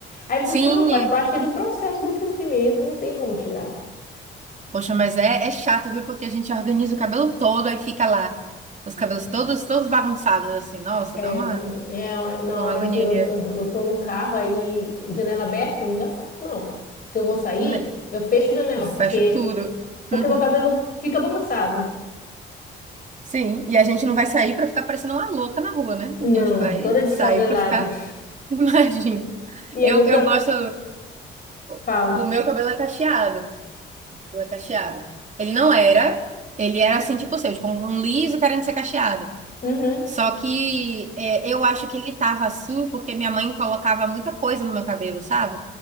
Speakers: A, on the left (about 45°); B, on the right (about 35°).
A: Aí ele
B: Sim,
A: falou assim, não, faz
B: e-
A: parte do processo do crescimento, não tem como tirar.
B: poxa, mas é, é chato, viu? Porque a gente organiza o cabelo todo, aí fica lá. Os cabelos todos, todos bagunçados, assim. Nossa,
A: É,
B: dá uma,
A: é uma- na
B: uma
A: hora
B: agonia.
A: de que eu, eu, eu tô no carro, aí, janela aberta, não dá certo, não. Se eu vou sair,
B: Né?
A: eu fecho a janela,
B: Eu fecho
A: porque,
B: tudo.
A: porque
B: Uhum.
A: meu cabelo fica bagunçado.
B: Sim, e a gente não vai sair pra ficar parecendo uma louca na rua, né?
A: Não,
B: A gente vai
A: toda descabelada.
B: sair pra ficar
A: <laughs>
B: <laughs> Imagino.
A: E
B: Eu,
A: é bem pro...
B: eu gosto. O
A: Fala.
B: o meu cabelo é cacheado. Cabelo é cacheado. Ele não era. Ele era assim, tipo o seu, tipo um liso querendo ser cacheado.
A: Uhum,
B: Só que é, eu acho que ele tava assim porque minha mãe colocava muita coisa no meu cabelo, sabe?